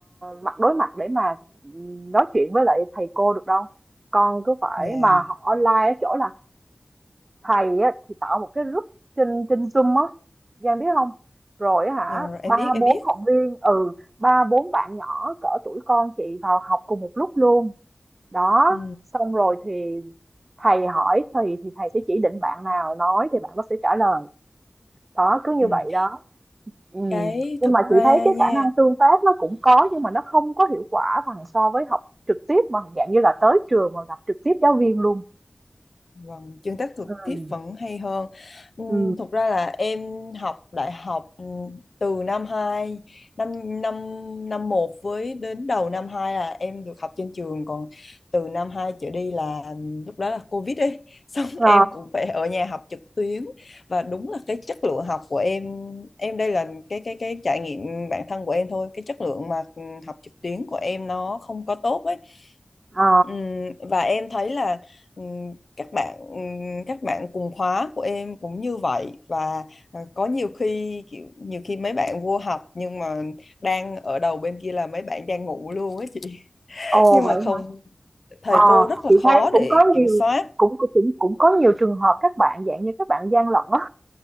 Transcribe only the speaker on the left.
yeah.
Yeah, rồi em
biết em
biết
ừ,
ừ.
cái
thực
ra
nha
Vâng, tương tác trực
tiếp vẫn hay hơn. Ừm,
Thực ra là em học đại học ừm, từ năm 2, năm năm năm một với đến đầu năm 2 là em được học trên trường, còn từ năm 2 trở đi là ừm, lúc đó là Covid ấy, xong <laughs>
em cũng phải ở nhà học trực tuyến và đúng là cái chất lượng học của em em đây là cái cái cái trải nghiệm bản thân của em thôi, cái chất lượng mà ừm, học trực tuyến của em nó không có tốt ấy.
Ừm, và em thấy là ừm, các bạn các bạn cùng khóa của em cũng như vậy và ờ, có nhiều khi kiểu nhiều khi mấy bạn vô học nhưng mà đang ở đầu bên kia là mấy bạn đang ngủ luôn á chị <laughs>
nhưng
mà không
thầy
cô rất là
khó
để
kiểm
soát